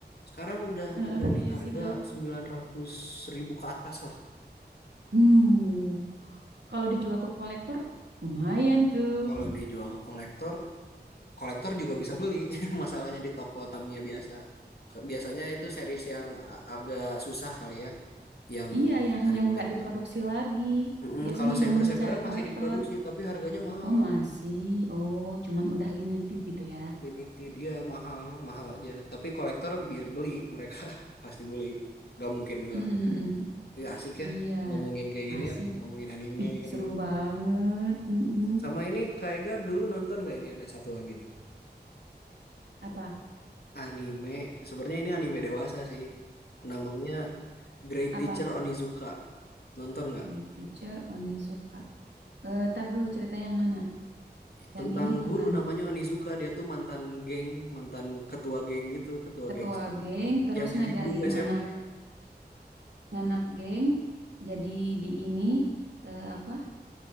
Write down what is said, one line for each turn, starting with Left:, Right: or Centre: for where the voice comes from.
Left: sekarang udah
Right: Heeh,
Left: udah
Right: punyanya
Left: di harga
Right: Sigo.
Left: sembilan ratus ribu ke atas lah.
Right: Hmm, Kalau dijual ke kolektor, lumayan tuh.
Left: Kalau dijual ke kolektor, kolektor juga bisa beli. <laughs> Masalahnya di toko Tamiya biasa. Ke- Biasanya itu series yang a- agak susah kali ya yang
Right: Iya, yang
Left: cari
Right: yang
Left: kolektor.
Right: nggak diproduksi lagi.
Left: Mm-mm,
Right: Biasanya
Left: kalau Saber
Right: yang dicari
Left: Saberan
Right: kolektor.
Left: masih diproduksi tapi harganya mahal.
Right: Oh, masih. Oh, cuman udah limited gitu ya.
Left: limited ya mahal mahal aja tapi kolektor bi- beli mereka <laughs> pasti beli nggak mungkin nggak
Right: hmm, hmm, hmm.
Left: ya asik
Right: Iya,
Left: ya ngomongin kayak gini
Right: asik.
Left: ya ngomongin anime
Right: Ih, seru
Left: dulu
Right: banget. Mm-mm.
Left: sama ini Kak Ega dulu nonton nggak ini ada satu lagi nih
Right: Apa?
Left: anime sebenarnya ini anime dewasa sih namanya Great
Right: Apa?
Left: Teacher Onizuka nonton nggak
Right: Ray Teacher Onizuka. Eh, tar dulu cerita yang mana? Yang
Left: tentang
Right: ini bukan.
Left: guru namanya Onizuka dia tuh mantan geng mantan ketua geng gitu ketua
Right: Ketua
Left: gangster
Right: geng terus
Left: yang
Right: ngajarin
Left: jadi guru SMP
Right: anak nganak geng jadi di ini eh, apa